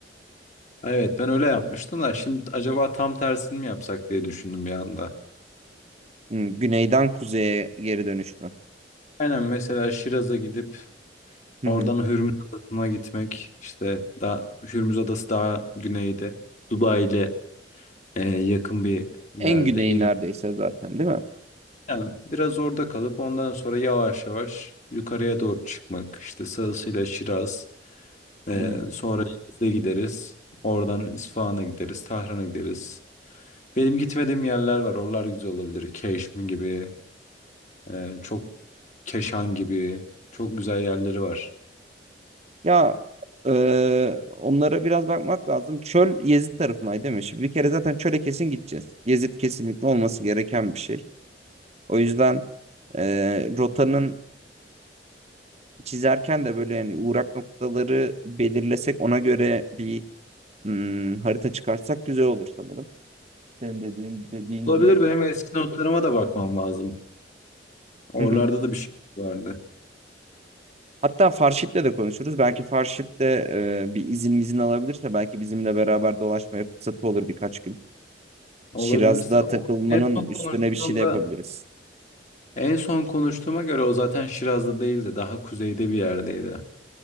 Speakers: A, on the left; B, on the right.
A: Evet ben öyle yapmıştım da şimdi acaba tam tersini mi yapsak diye düşündüm bir anda.
B: Hmm, güneyden kuzeye geri dönüş mü?
A: Aynen mesela Şiraz'a gidip
B: Hı
A: oradan
B: hı.
A: Hürmüz Adası'na gitmek. İşte daha Hürmüz Adası daha güneyde. Dubai ile e, yakın bir yerde.
B: En güneyi
A: İran.
B: neredeyse zaten değil mi?
A: Yani biraz orada kalıp ondan sonra yavaş yavaş yukarıya doğru çıkmak. İşte sağısıyla Şiraz, ee,
B: Hı hı.
A: sonra İzle gideriz. Oradan İsfahan'a gideriz, Tahran'a gideriz. Benim gitmediğim yerler var. Oralar güzel olabilir. Keşmi gibi, ee, çok Keşan gibi çok güzel yerleri var.
B: Ya e, onlara biraz bakmak lazım. Çöl Yezid tarafındaydı değil mi? Şimdi bir kere zaten çöle kesin gideceğiz. Yezid kesinlikle olması gereken bir şey. O yüzden e, rotanın çizerken de böyle yani uğrak noktaları belirlesek ona göre bir hmm, harita çıkartsak güzel olur sanırım. Senin dediğin, dediğin
A: Olabilir
B: gibi
A: benim
B: de.
A: eski notlarıma da bakmam lazım. Oralarda
B: Hı hı.
A: da bir şey vardı.
B: Hatta Farşit'le de konuşuruz. Belki Farşit de e, bir izin mizin alabilirse belki bizimle beraber dolaşmaya fırsatı olur birkaç gün.
A: Olabilirse
B: Şiraz'da
A: o
B: takılmanın
A: en son
B: üstüne
A: konuştuğumda
B: bir şey de yapabiliriz.
A: en son konuştuğuma göre o zaten Şiraz'da değildi. Daha kuzeyde bir yerdeydi.